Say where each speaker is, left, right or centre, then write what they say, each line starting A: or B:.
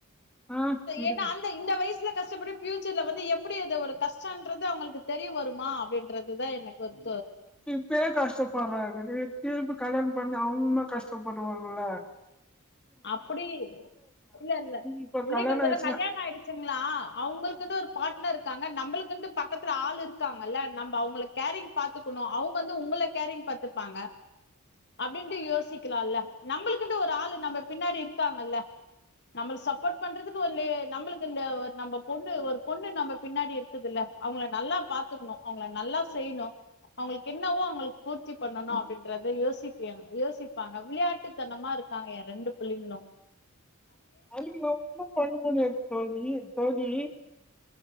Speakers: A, in the centre; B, on the left.
A: ஆ, இருக்கு
B: ஏன்னா அந்த இந்த வயசுல கஷ்டப்படும் பியூச்சர்ல வந்து எப்டி இது ஒரு கஷ்டம்ன்றது அவங்களுக்கு தெரிய வருமா அப்டின்றது தான் எனக்கு வந்து
A: இப்ப ஏன் கஷ்டப்படுற <unintelligible> கல்யாண பண்ணி அவங்களும் கஷ்டப்படுவாங்கல
B: அப்டி இல்ல இல்ல
A: இப்ப
B: இல்லைங்க
A: கல்யாணம்
B: தோழர் சொல்ல
A: ஆயிடுச்சுன்னா
B: கல்யாணம் ஆயிடுச்சுங்களா அவுங்களுக்குனு ஒரு பார்ட் னர் இருக்காங்க நம்மளுக்குன்டு பக்கத்துல ஆள் இருக்காங்கல்ல நம்ம அவுங்களை கேரிங் பாத்துக்குனும் அவுங்க வந்து உங்கள கேரிங் பாத்துப்பாங்க அப்டின்டு யோசிக்கலாம்ல நம்மளுகுன்டு ஒரு ஆளு நம்ம பின்னாடி இருக்காங்கல்ல நம்மளுக்கு சப்போர்ட் பண்றதுக்கு ஒரு நம்மளுக்கு இ நம்ம பொண்ணு ஒரு பொண்ணு நம்ம பின்னாடி இருக்குதுல்ல அவங்க நல்லா பாத்துக்கணும் அவங்க நல்லா செய்யணும் அவங்களுக்கு என்னவோ அவங்களுக்கு பூர்த்தி பண்ணணும் அப்டின்றத யோசிப்ப யோசிப்பாங்க விளையாட்டுத்தனமா இருக்காங்க என் ரெண்டு புள்ளங்கலும்
A: அதுக்கு நான் ஒண்ணு பண்ண முடியாது தோழி தோழி